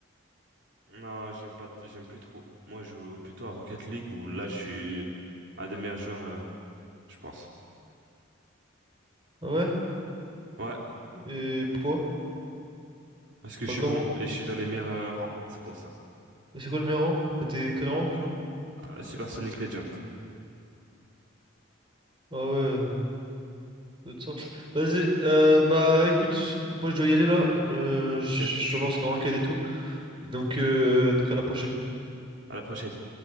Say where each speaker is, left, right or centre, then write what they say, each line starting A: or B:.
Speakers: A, on the right; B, on the right.
A: Non, j'aime pas, t- j'aime plus trop. Moi, je joue plutôt à Rocket League où là, je suis un des meilleurs joueurs, euh, je pense.
B: Ah ouais?
A: Ouais,
B: Et pourquoi?
A: parce que je
B: Enfin,
A: suis
B: comment?
A: bon et je suis dans les meilleurs euh, rangs, c'est pour ça.
B: Et c'est quoi le meilleur rang? C'était quel rang, du coup?
A: Euh, Super Sonic Legend.
B: Ah ouais, de toute Vas-y, euh, bah écoute, moi je dois y aller là, euh, je
A: Ok,
B: je dois lancer dans l'enquête et tout. Donc, euh, donc à la prochaine.
A: à la prochaine.